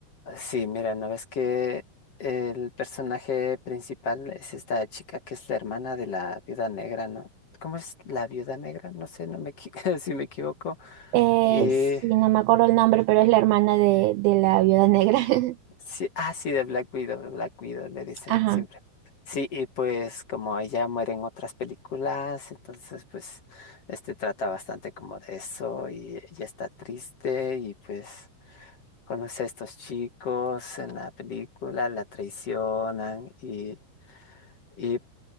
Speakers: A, on the left; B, on the right.
A: sí, mira, ¿no ves que el personaje principal es esta chica que es la hermana de la viuda negra, ¿no? ¿Cómo es la viuda negra? No sé, no me equi- <laughs> si me equivoco.
B: Eh,
A: Eh,
B: sí, no me acuerdo el nombre, pero es la hermana de, de la viuda negra. <laughs>
A: sí, ah, sí, de Black Widow, de Black Widow, le dicen
B: Ajá,
A: siempre. Sí, y pues como ella muere en otras películas, entonces pues este trata bastante como de eso y ella está triste y pues conoce a estos chicos en la película, la traicionan y, y el